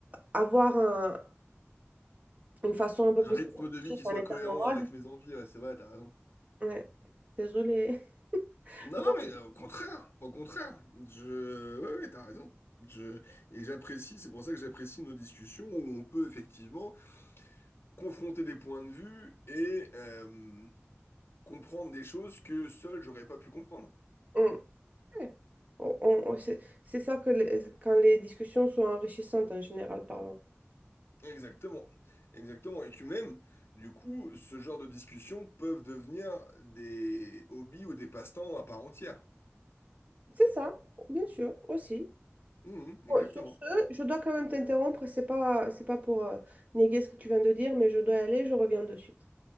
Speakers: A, on the right (about 30°); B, on the left (about 55°).
A: avoir un- une façon un peu
B: Un
A: plus
B: rythme
A: énergique,
B: de vie qui
A: un
B: soit
A: état
B: cohérent
A: nomade.
B: avec mes envies, ouais, c'est vrai, t'as raison.
A: Ouais, désolée.
B: Non,
A: Bon,
B: non, mais euh, au contraire, au contraire, je, ouais, ouais, t'as raison. Je, et j'apprécie, c'est pour ça que j'apprécie nos discussions où on peut effectivement confronter des points de vue et euh, comprendre des choses que seul j'aurais pas pu comprendre.
A: on- ouais. On- on- on- c'est c'est ça que les- quand les discussions sont enrichissantes en général parlant.
B: Exactement, exactement. Et que même, du coup, ce genre de discussions peuvent devenir des hobbies ou des passe-temps à part entière.
A: C'est ça, bien sûr, aussi.
B: Mhm,
A: Bon,
B: exactement.
A: sur ce, je dois quand même t'interrompre. C'est pas, c'est pas pour euh, néguer ce que tu viens de dire, mais je dois y aller, je reviens de suite.